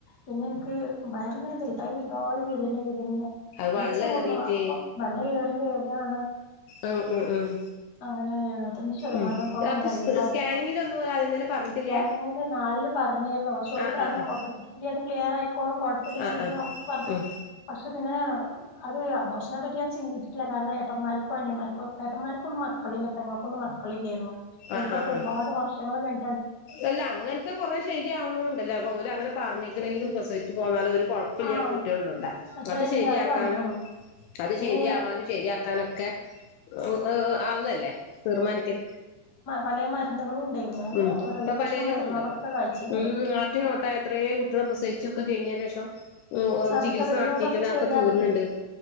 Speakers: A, on the left; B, on the left.
A: പിന്നെ ഇൻക്ക് വയറിങ്ങനെവെൽ- - വെൽതായി വെൽതായി വെരെന്നെവെരെന്നെ
B: അത് വള്ളം
A: ദിവസം കുടും
B: ഏറിട്ട്
A: തോറും അപ്പൊ വള്ളേറി വരാണ്.
B: ആഹ ഉം ഉം.
A: അങ്ങനെ എഴുവത്തഞ്ച് ഷതമാനത്തോളം
B: ഉം അപ്പൊ
A: വെള്ളേർന്നു
B: സ്കാനിങ്ങിലൊന്നും ഓല് ആദ്യം തന്നെ പറഞ്ഞിട്ടില്ല
A: <unintelligible> പറഞ്ഞിരുന്നു പക്ഷെഓല്
B: ആഹ്
A: പറഞ്ഞുഓട്ടോമാറ്റികിലി
B: ആഹ്
A: അത്- - ക്ലിയറാആയിക്കോളും കുഴപ്പല്ല
B: ആഹ് ആഹ്
A: ശരി
B: ആഹ്
A: ആവുന്ന് പറഞ്ഞു
B: ഉം
A: പക്ഷെ പിന്നെ അത് അബോർഷനെ പറ്റി ഞൻ ചിന്തിച്ചിട്ടില്ല. കാരണം ഏട്ടന്മാർ ർക്കും അനിയന്മാർകു ഏട്ടന്മാർക്കൊന്നും മക്കളില്ല പെങ്ങൾക്കൊന്നും മക്കളില്ലേർന്നു ഓൽക്കൊക്കെ
B: ആഹ് ആഹ്
A: ഒരുപാട്
B: ആഹ്
A: വർഷങ്ങൾ കൈഴ്ങ്ങി
B: അല്ല അങ്ങനത്തെ കൊറേ ശെരിയാവുന്നണ്ടല്ലേ അപോ അങ്ങനെ പറഞ്ഞിക്കണെങ്കിലും പ്രസവിച്ചു പോന്നാലൊ ഒരു കൊഴപ്പില്ലാത്ത
A: ആഹ്
B: കുട്ട്യാള്ണ്ടല്ല
A: അത്രയുണ്ട്
B: അത് ശരി ആക്കാനും
A: പറഞ്ഞു
B: അത്
A: പിന്നെ
B: ശരിയാവാനും ശരിയാക്കാനൊക്കെ ഏ എഹ് അള്ളല്ലേ തീർമാനിക്കല്.
A: പലേ മരുന്നുകളും ഉണ്ടേർന്ന് നല്ല
B: ഉം
A: റൈറ്റുള്ള
B: ഇപ്പൊ പലേതുണ്ടല്ലോ
A: മരുന്നുകളൊക്കെ കാഴ്ചിർന്നത്.
B: ഉം ആട്ടിനോട്ട എത്രയേ കുട്ടികളെ പ്രസവിച്ചൊക്കെ കഴിഞ്ഞേന്റെഷം ഉ
A: സർജറിയിലൂടെക്കെ
B: ചികിത്സ നടത്തിറ്റന്നെ
A: ശരിയാക്കി
B: അതൊക്കെ തൂര്ണ് ണ്ട്